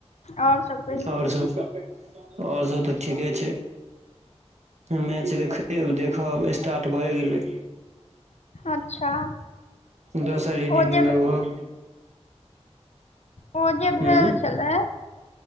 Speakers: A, on the left; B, on the right.
A: और सब कहियौ
B: आओर सभ आओर सभ तऽ ठीके छै मैच देखे देखब स्टार्ट भए गेलै
A: अच्छा
B: दोसर इनिंग
A: ओ जे
B: लगभग
A: ओ जे
B: ऊं
A: भेल छलै